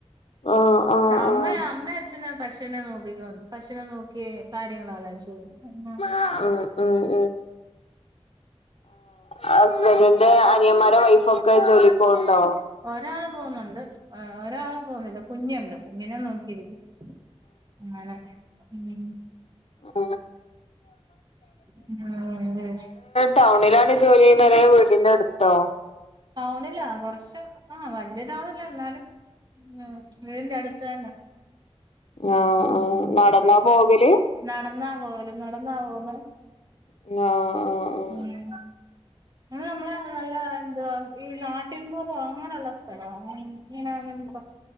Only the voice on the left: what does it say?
ആ ആ
ആ ആ
ഉം ഉം ഹസ്ബൻന്റെ അനിയന്മാരെ വൈഫോ ഒക്കെ ജോലിക്ക് പോണുണ്ടോ
<inaudible>
ടൗണിലാണ് ജോലി ചെയ്യുന്നത് അതോ വീടിന്റെ അടുത്തോ
ആഹ്
ആഹ് നടന്നാ പോകല്
ആഹ് ആഹ് ആഹ് ആഹ്